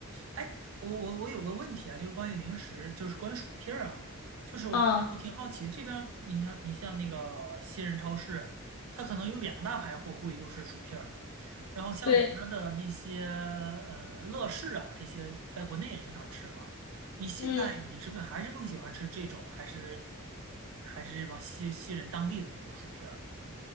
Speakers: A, on the right; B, on the left.
A: 哎，我我我有个问题啊，就是关于零食，就是关于薯片儿啊，就是我我挺好奇，
B: 嗯，
A: 这边儿你像你像那个西人超市，它可能有两大排货柜都是薯片儿，然后像里边儿的那些呃乐事啊这些，
B: 对，
A: 在国内也经常吃嘛。你现在你是个还是更喜欢吃这种，
B: 嗯。
A: 还是还是这帮西西人当地的那种薯片儿？